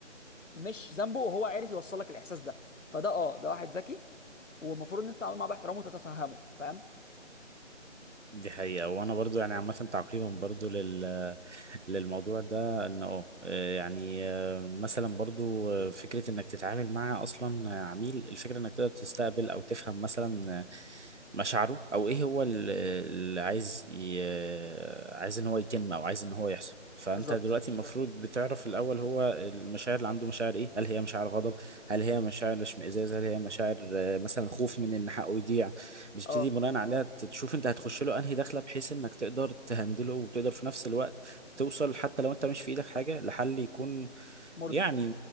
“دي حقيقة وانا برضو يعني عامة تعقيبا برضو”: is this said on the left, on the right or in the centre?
Right